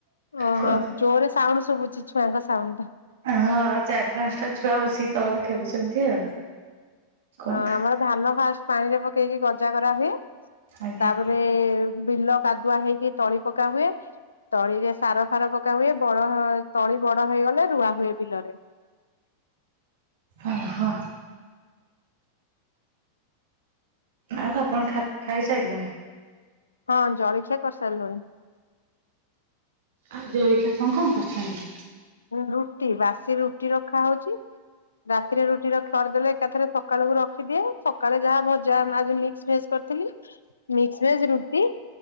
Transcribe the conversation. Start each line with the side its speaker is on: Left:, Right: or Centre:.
Left: ଓହୋ
Right: କୁହନ୍ତୁ।
Left: ଜୋରରେ ସାଉଣ୍ଡ ଶୁଭୁଛି ଛୁଆଙ୍କ ସାଉଣ୍ଡ।
Right: ହଁ, ହଁ ଚାରି ପାଞ୍ଚଟା ଛୁଆ ବସିକି ତଳେ ଖେଳୁଛନ୍ତି ଆଉ। କୁହନ୍ତୁ
Left: ହଁ, ଆମର ଧାନ ଫାଷ୍ଟ ପାଣିରେ ପକେଇକି ଗଜା କରା ହୁଏ,
Right: ଆଜ୍ଞା।
Left: ତାପରେ ବିଲ କାଦୁଆ ହେଇକି ତଳି ପକା ହୁଏ, ତଳିରେ ସାର ଫାର ପକା ହୁଏ ବଳ ତଳି ବଡ ହେଇଗଲେ ରୁଆ ହୁଏ ବିଲରେ।
Right: ଓହୋ ଆଉ ଆପଣ ଖା-ଖାଇସାରିଲେଣି।
Left: ହଁ ଜଳଖିଆ କରିସାରିଲୁଣି।
Right: ଆଉ ଜଳଖିଆ କଣ କଣ କରୁଛନ୍ତି?
Left: ରୁଟି ବାସି ରୁଟି ରଖା ହଉଛି ରାତିରେ ରୁଟିର ଖରିଦେଲେ ଏକାଥରେ ସକାଳ କୁ ରଖିଦିଏ ସକାଳେ ଯାହା ଭଜା ଆଜିି ମିକ୍ସ ଭେଜ୍ ରୁଟି